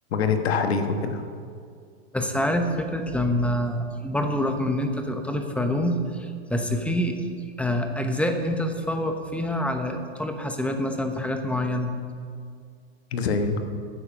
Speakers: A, on the left; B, in the centre.
A: التحاليل وكده
B: بس عارف فكرة لما برضو رغم ان انت تبقى طالب في علوم بس في آه، اجزاء انت تتفوق فيها على طالب حاسبات مثلا في حاجات معينة
A: زي